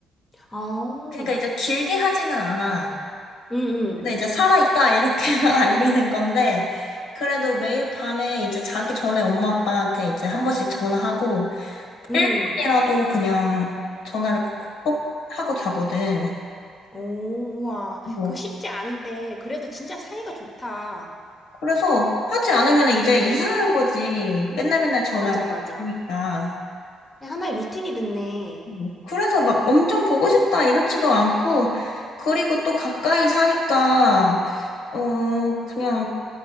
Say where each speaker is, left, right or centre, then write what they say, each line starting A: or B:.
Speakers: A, on the left; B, on the left.
A: 아,
B: 그러니까
A: 응,
B: 이제 길게 하지는 않아.
A: 응,
B: 근데 이제 살아있다, 이렇게만 <laughs> 알리는 건데, 그래도 매일 밤에 이제 자기 전에 엄마, 아빠한테 이제 한 번씩 전화하고,
A: 응.
B: 1분이라도 그냥 전화를 꼭, 꼭 하고 자거든.
A: 오, 우와.
B: 뭐.
A: 그거 쉽지 않은데, 그래도 진짜 사이가 좋다.
B: 그래서 하지 않으면 이제 이상한 거지. 맨날 맨날 전화를
A: 맞아, 맞아.
B: 해봤으니까.
A: 그냥 하나의 루틴이 됐네.
B: 뭐. 그래서 막 엄청 보고 싶다 이렇지도 않고, 그리고 또 가까이 사니까, 어, 그냥